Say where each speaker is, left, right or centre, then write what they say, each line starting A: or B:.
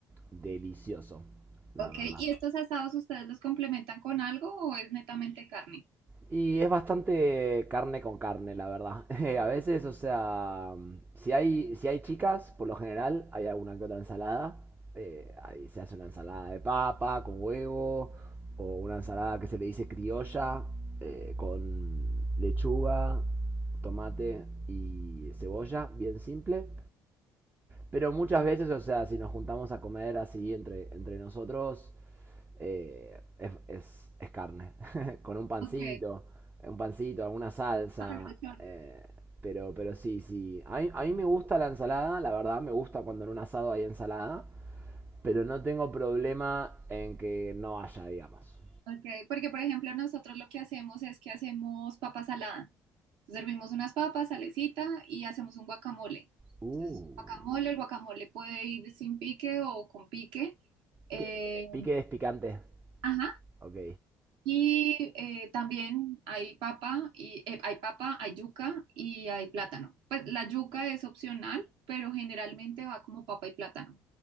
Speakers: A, on the right (about 20°); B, on the right (about 75°).
A: delicioso, la
B: ¿ok?
A: verdad.
B: ¿Y estos asados ustedes los complementan con algo o es netamente carne?
A: Y es bastante carne con carne, la verdad. <laughs> Eh, a veces, o sea, si hay, si hay chicas, por lo general hay alguna que otra ensalada. Eh, ahí se hace una ensalada de papa con huevo, o una ensalada que se le dice criolla, eh, con lechuga, tomate y cebolla, bien simple. Pero muchas veces, o sea, si nos juntamos a comer así entre, entre nosotros, eh, es, es- es carne. <laughs> Con un pancito,
B: Ok,
A: un pancito, alguna salsa.
B: ah, pero de chorizo.
A: eh, pero, pero sí, sí. A mí, a mí me gusta la ensalada, la verdad, me gusta cuando en un asado hay ensalada. Pero no tengo problema en que no haya, digamos.
B: Ok, porque por ejemplo nosotros lo que hacemos es que hacemos papa salada. Entonces, servimos unas papas, salecita y hacemos un guacamole.
A: Uh.
B: Entonces, guacamole, el guacamole puede ir sin pique o con pique. Eh,
A: ¿Qué? ¿Pique es picante?
B: ajá.
A: Ok.
B: Y eh, también hay papa, y, eh, hay papa, hay yuca y hay plátano. Pues la yuca es opcional, pero generalmente va como papa y plátano.